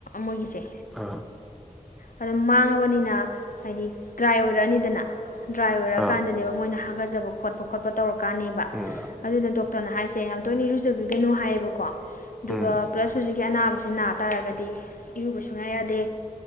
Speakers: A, on the left; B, in the centre.
A: ꯃꯣꯏꯒꯤꯁꯦ
B: ꯑꯥ
A: ꯑꯗꯨꯝ ꯃꯥꯡꯉꯕꯅꯤꯅ ꯍꯥꯏꯗꯤ ꯗ꯭ꯔꯥꯏ ꯑꯣꯏꯔꯛꯑꯅꯤꯗꯅ ꯗ꯭ꯔꯥꯏ ꯑꯣꯏꯔꯀꯥꯟꯗꯅꯦꯕ
B: ꯑꯥ
A: ꯃꯣꯏꯅ ꯍꯥꯒꯠꯆ ꯈꯣꯠꯄ ꯈꯣꯠꯄꯧꯔꯛ ꯀꯥꯅꯦꯕ
B: ꯎꯝ
A: ꯑꯗꯨꯅ ꯇꯅ ꯍꯥꯏꯁꯦ ꯌꯥꯝ ꯇꯣꯏꯅꯔꯨꯖꯕꯤ ꯀꯩꯅꯣ ꯍꯥꯏꯌꯦꯕꯀꯣ ꯑꯗꯨꯒ
B: ꯎꯝ
A: ꯄ꯭ꯂꯁ ꯍꯧꯨꯖꯤꯛꯀꯤ ꯑꯅꯥꯕꯁꯤ ꯅꯥ ꯇꯥꯔꯒꯗꯤ ꯏꯔꯨꯕ ꯁꯨꯡꯌꯥꯥꯏ ꯌꯥꯗꯦ